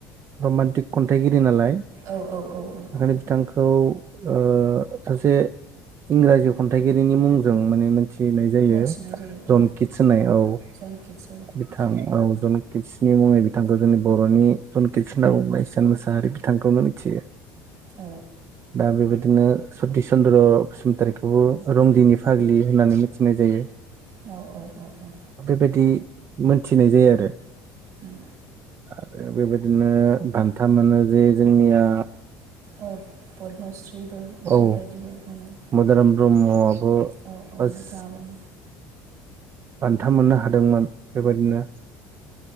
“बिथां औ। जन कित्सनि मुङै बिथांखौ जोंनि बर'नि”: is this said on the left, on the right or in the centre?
Right